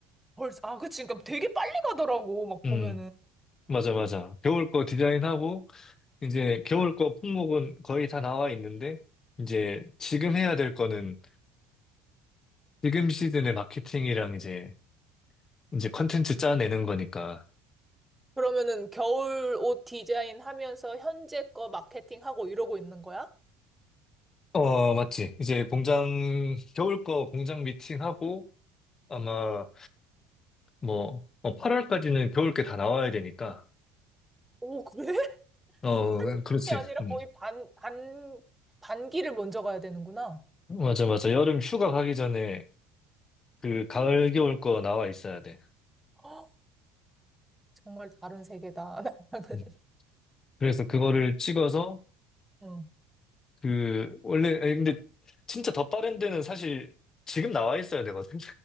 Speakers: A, in the centre; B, on the left.
A: 벌써, 아, 그치. 그러니까 되게 빨리 가더라고, 막 보면은.
B: 음, 맞아, 맞아. 겨울 거 디자인하고, 이제 겨울 거 품목은 거의 다 나와 있는데, 이제 지금 해야 될 거는 지금 시즌의 마케팅이랑 이제, 이제 컨텐츠 짜내는 거니까.
A: 그러면은 겨울 옷 디자인 하면서 현재 거 마케팅하고 이러고 있는 거야?
B: 어, 맞지. 이제 공장, 겨울 거 공장 미팅하고, 아마 뭐, 8월까지는 겨울 게 다 나와야 되니까.
A: 오, 그래? <laughs>
B: 어,
A: 한 시즌이
B: 그렇지.
A: 아니라
B: 음.
A: 거의 반, 반, 반기를 먼저 가야 되는구나.
B: 맞아, 맞아. 여름 휴가 가기 전에 그 가을, 겨울 거 나와 있어야 돼.
A: <gasps> 헉, 정말 다른 세계다. <laughs> 나랑은.
B: 음. 그래서 그거를 찍어서
A: 응.
B: 그, 원래, 아니, 근데 진짜 더 빠른 데는 사실 지금 나와 있어야 되거든.